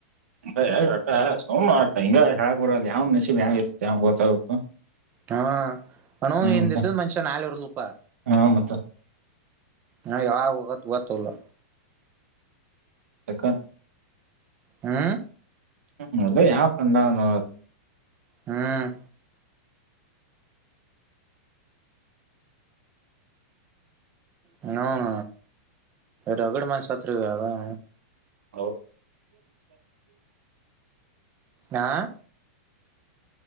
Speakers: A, on the right; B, on the right.
A: ಅದ ಅಟ್ಟ ಸುಮ ಅಟ ಹಿಂಗ ಹೇಳಕ್ ಬರಲ ಯಾವ್ನ ನಶಿಬ ಹೆಂಗ್ ಇರ್ತೈತಿ ಯಾವಂಗ ಗೊತ್ತಾಗಬೇಕು.
B: ಹ ಅನೌನ್
A: ಹ್ಮ್
B: ಇಂದಿದ್ದ
A: ಮತ್ತ
B: ಮನಷ್ಯಾ ನಾಳಿ ಇರುದಿಲ್ಲೊಪಾ.
A: ಹಾ ಮತ್ತ
B: ಹಾ ಯಾವಾಗ್ ಹೋಗತ್ ಗೊತ್ತಿರುಲ್ಲಾ.
A: ಯಾಕ್.
B: ಹ್ಹ.
A: ಹ್ಮ ಅದ ಯಾವ್ ಖಂಡಾನ್.
B: ಹ್ಮ್. ಹ ನೌನ್ ರಗಡ ಮಂದಿ ಸತ್ರ ಈಗ ಆಗಳೇ.
A: ಹೌದ.
B: ಹಾ.